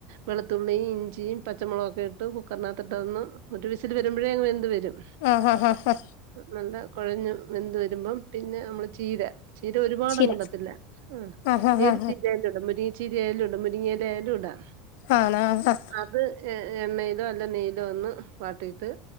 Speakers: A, on the right; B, on the left.
A: വെളുത്തുള്ളിയും ഇഞ്ചിയും പച്ചമുളകൊക്കെ ഇട്ട് കുക്കറിനകത്തിട്ട് അതൊന്ന്‌ ഒരു വിസിൽ വരുമ്പോഴേ അങ്ങ് വെന്ത് വരും
B: ആഹ് ആഹ് ആഹ് ഹാ
A: നല്ല കുഴഞ്ഞു വെന്ത് വരുമ്പം പിന്നെ നമ്മള് ചീര ചീര ഒരുപാട്
B: ശരി
A: അങ്ടത്തില്ല അ
B: ആ ഹാ ഹാ
A: ഏത്
B: ഹാ
A: ചീരെ- ഇടും മുരിങ്ങച്ചീരിയായാലും ഇടും മുരിങ്ങിയിലായാലും ഇടാ.
B: ആണാ ഫസ്
A: അത് എ എണ്ണയിലോ അല്ല നെയ്യിലോ ഒന്ന് വാട്ടിട്ട്